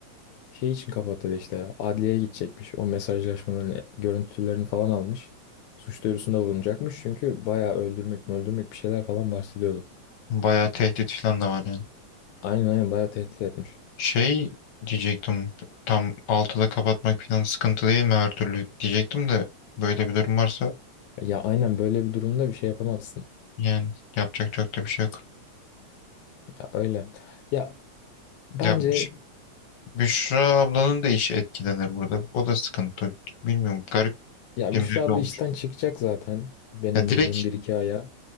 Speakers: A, on the left; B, on the left.
A: şey için kapattı işte adliyeye gidecekmiş o mesajlaşmaların görüntülerini falan almış suç duyurusunda bulunacakmış çünkü bayağı öldürmek mi öldürmek bir şeyler falan bahsediyordu
B: bayağı tehdit falan da var yani.
A: aynen aynen bayağı tehdit etmiş
B: Şey diyecektim tam 6'da kapatmak falan sıkıntı değil mi her türlü diyecektim de böyle bir durum varsa
A: Ya aynen böyle bir durumda bir şey yapamazsın.
B: yani yapacak çok da bir şey yok.
A: Ya öyle. Ya bence
B: Ya Büş- Büşra ablanın da işi etkilenir burada. O da sıkıntı. Bilmiyorum.
A: ya
B: Kim
A: Büşra
B: belli
A: abla
B: olmuş.
A: işten çıkacak zaten. Benim
B: Ya direkt
A: bildiğim bir iki aya.